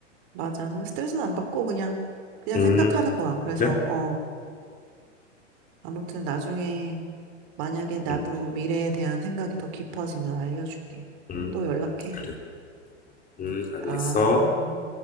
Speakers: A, on the right; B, on the left.
A: 맞아. 스트레스는 안 받고 그냥 그냥
B: 음,
A: 생각하는 거야. 그래서
B: 그래?
A: 어 아무튼 나중에 만약에 나도
B: 음,
A: 미래에 대한 생각이 더 깊어지면 알려줄게.
B: 음,
A: 또 연락해.
B: 그래. 음, 알겠어.
A: 아. 음.